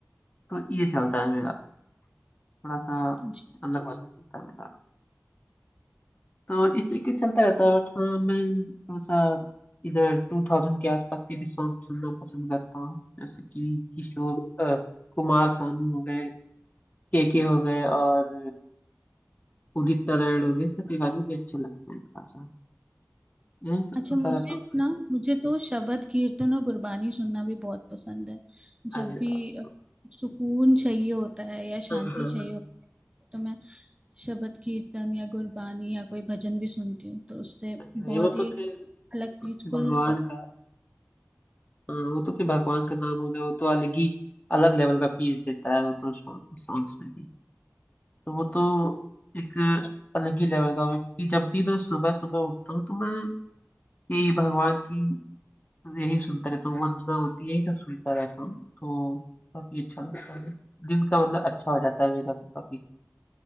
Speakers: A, on the left; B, on the right.
A: तो ये चलता है मेरा थोड़ा सा
B: जी
A: अलग वाला चलता है मेरा हाँ इसी के चलता रहता है बट हाँ मैं थोड़ा सा इधर टू थाउजेंड के आसपास के भी सॉन्ग सुनना पसंद करता हूँ जैसे कि किशोर अ, कुमार सानू हो गए के के हो गए और उदित नारायण हो गए सबके गाने भी अच्छे लगते हैं थोड़ा सा यही सब सुनता
B: अच्छा मुझे
A: रहता हूँ कभी।
B: ना मुझे तो शबद कीर्तन और गुरबानी सुनना भी बहुत पसंद है जब
A: अरे
B: भी
A: वाह।
B: अ, सुकून चाहिए होता है या शांति
A: हाँ हाँ
B: चाहिए
A: हाँ
B: होती है तो मैं शबद कीर्तन या गुरबानी या कोई भजन भी सुनती हूँ तो उससे
A: अरे
B: बहुत
A: भाई, वो
B: ही
A: तो
B: एक
A: फिर
B: अलग पीसफुल
A: भगवान का हाँ वो तो फिर भगवान का नाम हो गया वो तो अलग ही अलग लेवल का पीस देता है वो तो सॉन्ग सॉन्ग्स में तो वो तो एक अलग ही लेवल का होगा क्योंकि जब भी मैं सुबह सुबह उठता हूँ तो मैं यही भगवान की यही सुनता रहता हूँ वंदना होती है यही सब सुनता रहता हूँ तो काफी अच्छा लगता है दिन का मतलब अच्छा हो जाता है मेरा तो काफी